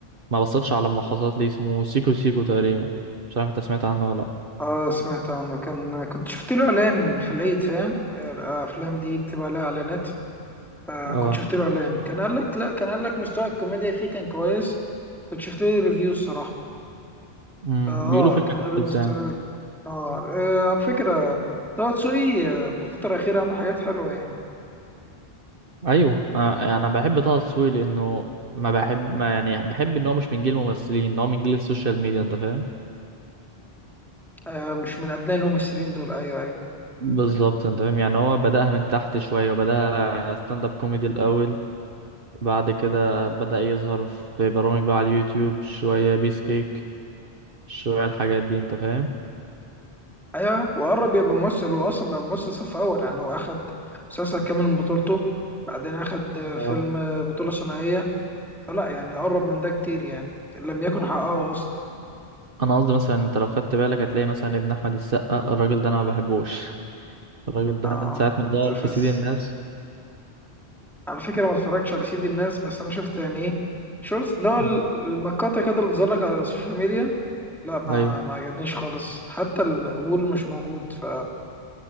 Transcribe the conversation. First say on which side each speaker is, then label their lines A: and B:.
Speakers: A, on the right; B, in the centre.
A: ما بصيتش على ملخصات ليه اسمه سيكو سيكو تقريبا مش عارف انت سمعت عنه ولا لا
B: اه سمعت عنه كان كنت شفت له اعلان في العيد فاهم؟ الافلام دي بتبقى لها اعلانات آه
A: اه
B: كنت شفت له اعلان كان قال لك لا كان قال لك مستوى الكوميديا فيه كان كويس كنت شفت له ريفيوز صراحة
A: امم
B: اه
A: بيقولوا فيلم
B: كان قبل
A: كويس
B: ما استواك
A: يعني
B: نار آه على فكرة طه دسوقي آه، في الفترة الأخيرة عمل حاجات حلوة يعني
A: ايوه آه يعني انا بحب طه دسوقي لانه ما بحب ما يعني بحب ان هو مش من جيل الممثلين ان هو من جيل السوشيال ميديا انت فاهم
B: آه مش من أبناء الممثلين دول أيوه أيوه
A: بالظبط انت فاهم يعني هو بدأها من تحت شويه وبدأها ستاند اب كوميدي الاول بعد كده بدأ يظهر في برامج بقى على اليوتيوب شوية بيس كيك شوية الحاجات دي انت فاهم
B: أيوه وقرب يبقى ممثل هو أصلا بقى ممثل صف أول يعني هو أخد مسلسل كامل من بطولته بعدين أخد آه،
A: اه
B: فيلم آه، بطولة ثنائية فلا يعني قرب من ده كتير يعني لم يكن حققه أصلا
A: انا قصدي مثلا انت لو خدت بالك هتلاقي مثلا ابن احمد السقا الراجل ده انا ما بحبوش الراجل ده
B: آه
A: من ساعة ما ظهر
B: مستفز
A: في سيدي الناس
B: على فكرة ما اتفرجتش على سيد الناس بس أنا شفت يعني إيه شورتس اللي هو
A: مم.
B: المقاطع كده اللي بتظهر لك على السوشيال ميديا لا ما
A: ايوه
B: ما عجبنيش خالص حتى القبول مش موجود ف